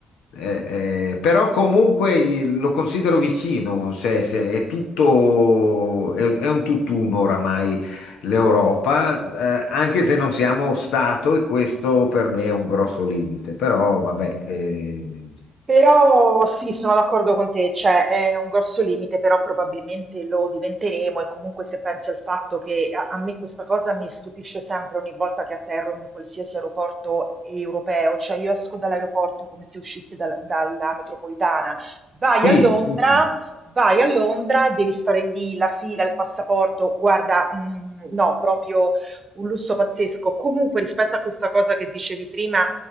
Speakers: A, on the left; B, on the right.
A: eh, eh, però comunque eh, lo considero vicino, cioè, se è tutto, è, è un tutt'uno oramai l'Europa, eh, anche se non siamo stato e questo per me è un grosso limite, però vabbè, eh,
B: Però sì, sono d'accordo con te, cioè è un grosso limite, però probabilmente lo diventeremo e comunque se pensi al fatto che a, a me questa cosa mi stupisce sempre ogni volta che atterro in un qualsiasi aeroporto europeo, cioè io esco dall'aeroporto come se uscissi dal- dalla metropolitana, vai
A: sì,
B: a Londra,
A: sì, sì,
B: vai a Londra, devi stare lì, la fila, il passaporto, guarda, mh, no, proprio un lusso pazzesco. Comunque rispetto a questa cosa che dicevi prima,